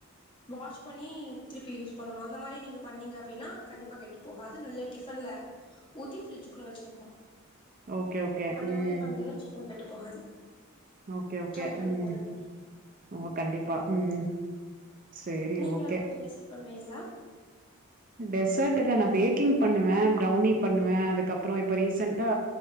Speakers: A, on the left; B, on the right.
A: வாஷ் பண்ணி திருப்பி யூஸ் பண்ணணு அந்த மாரி நீங்க பண்ணீங்க அப்டின்னா கண்டிப்பா கெட்டு போகாது நல்ல டிஃபன்ல ஊத்தி பிரஃரிட்ஜுக்குள்ள வச்சுரணு
B: ஓகே ஓகே
A: அந்த
B: ம்
A: மாரி பண்ணா வச்சிக்கோ கெட்டு போகாது
B: ஓகே ஓகே
A: ட்ரை பண்ணி
B: ம்
A: பாருங்க
B: ஓ கண்டிப்பா ம் சேரி
A: நீங்க
B: ஓகே
A: ஏதாவது ரெசிபி பண்ணுவீங்களா
B: டெசர்ட் இல்ல நா பேக்கிங் பண்ணுவே ஃப்ரௌணி பண்ணுவே அதுக்கப்றொ இப்ப ரீசன்டா